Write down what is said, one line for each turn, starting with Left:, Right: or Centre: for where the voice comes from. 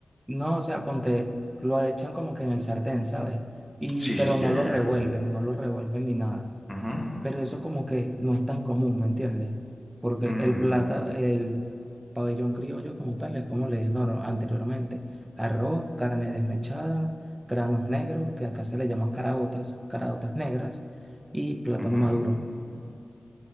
Right: No, o sea, ponte, lo echan como que en el sartén, ¿sabes? Y,
Centre: Sí,
Right: pero
Centre: sí, sí,
Right: no
Centre: ya,
Right: lo
Centre: ya, ya.
Right: revuelven, no lo revuelven ni nada.
Centre: Ujú,
Right: Pero eso como que no es tan común, ¿me entiendes? Porque
Centre: mm,
Right: el plata, el pabellón criollo como tal, es como le dije no, no, anteriormente, arroz, carne desmechada, granos negros, que acá se le llama caraotas, caraotas negras, y plátano
Centre: ujú,
Right: maduro. <laughs>